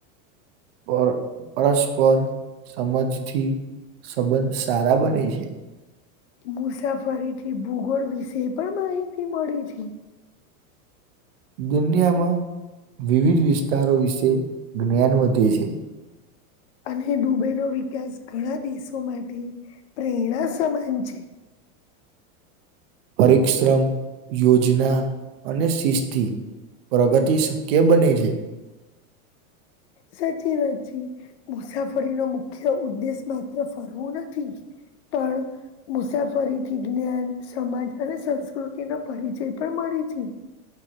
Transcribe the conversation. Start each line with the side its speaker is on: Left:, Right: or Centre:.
Right: પર પરસ્પર સમજથી સંબંધ સારા બને છે.
Left: મુસાફરીથી ભૂગોળ વિશે પણ માહિતી મળી છે.
Right: દુનિયામાં વિવિધ વિસ્તારો વિશે જ્ઞાન વધે છે.
Left: અને દુબઈનો વિકાસ ઘણા દેશો માટે પ્રેરણા સમાન છે.
Right: પરિશ્રમ યોજના અને શિસ્તી. પ્રગતિ શક્ય બને છે.
Left: સાચી વાચી મુસાફરી નો મુખ્ય ઉદ્દેશ માત્ર ફરવું નથી. પણ. મુસાફરી થી જ્ઞાન સમાજ અને સંસ્કૃતિ ન પરિચય પણ મળે છે.